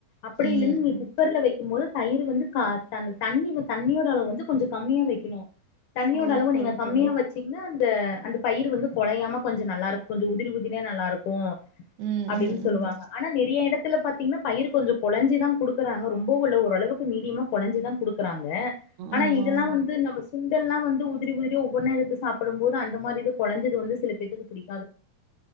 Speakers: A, on the left (about 75°); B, on the right (about 80°).
A: அப்படி
B: ம்,
A: இல்ல நீ
B: ம்.
A: குக்கர்ல வைக்க போது தயிர் வந்து கா தண்ணி தண்ணியோட அளவு வந்து கொஞ்சம் கம்மியா வெக்கனு தண்ணியோட
B: ஓ!
A: அளவு
B: சரி,
A: நீங்க கம்மியா
B: சரி.
A: வச்சீங்கன்னா அ அந்த பயிர் வந்து குழையாம கொஞ்ச நல்லா இருக்கும் கொஞ்ச உதிர உதிரிதா நல்லாருக்கு
B: ம்,
A: அப்டின்னு
B: ம்,
A: சொல்லுவாங்க
B: ம்.
A: ஆனா நெறைய இடத்துல பாத்தீங்கன்னா பயிர் கொஞ்சம் குழஞ்சி தா குடுக்குறாங்க ரொம்பவும் உள்ள ஓரளவுக்கு மீடியமா குழஞ்சி தா குடுக்குறாங்க ஆனா
B: ஆமா.
A: இதெல்லாம் வந்து நம்ம சுண்டல்லா வந்து உதிரி உதிரி ஒவ்வொன்னு எடுத்து சாப்படும் போது அந்த மாரி இது குழஞ்சது வந்து சில பேதுக்கு பிடிக்க